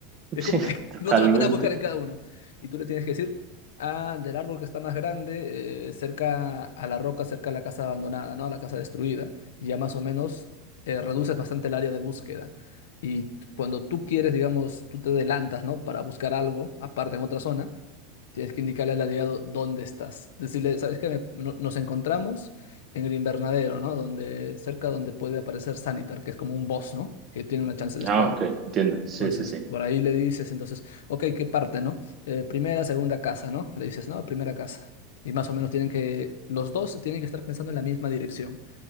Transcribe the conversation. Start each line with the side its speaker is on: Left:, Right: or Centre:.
Left: Es
Right: Sí,
Left: como que <laughs>
Right: totalmente.
Left: no te va a poner a buscar en cada uno. Y tú le tienes que decir, ah, del árbol que está más grande, eh, cerca a la roca, cerca a la casa abandonada, ¿no? A la casa destruida. Y ya más o menos eh, reduces bastante el área de búsqueda. Y cuando tú quieres, digamos, tú te adelantas, ¿no? Para buscar algo, aparte en otra zona, tienes que indicarle al aliado dónde estás. Decirle, ¿sabes qué? Me- no- nos encontramos en el invernadero, ¿no? Donde, cerca donde puede aparecer Sanitar, que es como un boss, ¿no? Que tiene una chance de spawn.
Right: Ah, ok, entiendo. Sí,
Left: Entonces,
Right: sí, sí.
Left: por ahí le dices, entonces, ok, ¿qué parte, no? Eh, primera, segunda casa, ¿no? Le dices, no, primera casa. Y más o menos tienen que, los dos tienen que estar pensando en la misma dirección.